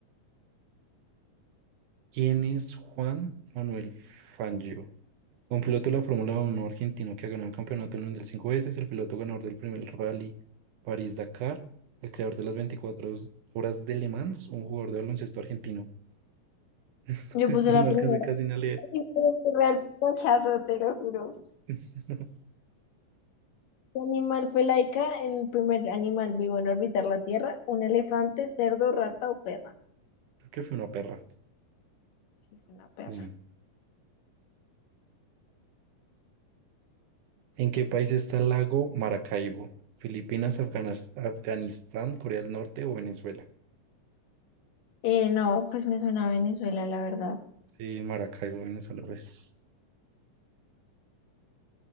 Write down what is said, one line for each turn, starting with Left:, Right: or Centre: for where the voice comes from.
Right: ¿Quién es Juan Manuel Fangio? Un piloto de la Fórmula Uno argentino que ha ganado el campeonato mundial cinco veces, el piloto ganador del primer rally París-Dakar, el creador de las 24 horas de Le Mans, un jugador de baloncesto argentino. <laughs>
Left: Yo puse
Right: No
Left: la primera.
Right: alcancé casi ni a leer.
Left: Y fue un Real pachazo, te lo juro.
Right: <laughs>
Left: ¿Qué animal fue laica? El primer animal vivo en orbitar la Tierra. ¿Un elefante, cerdo, rata o perra?
Right: Creo que fue una perra.
Left: Sí, fue una perra.
Right: Mm. ¿En qué país está el lago Maracaibo? ¿Filipinas, Afganas- Afganistán, Corea del Norte o Venezuela?
Left: Eh, no, pues me suena a Venezuela, la verdad.
Right: Sí, Maracaibo, Venezuela, pues.